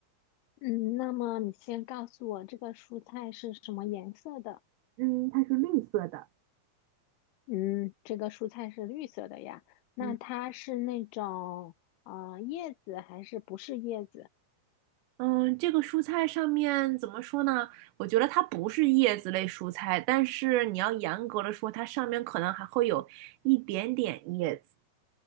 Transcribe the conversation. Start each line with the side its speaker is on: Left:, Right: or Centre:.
Left: 嗯，那么你先告诉我这个蔬菜是什么颜色的？
Right: 嗯，它是绿色的。
Left: 嗯，这个蔬菜是绿色的呀。那它是那种呃叶子还是不是叶子？
Right: 嗯，嗯，这个蔬菜上面怎么说呢？我觉得它不是叶子类蔬菜，但是你要严格的说，它上面可能还会有一点点叶子。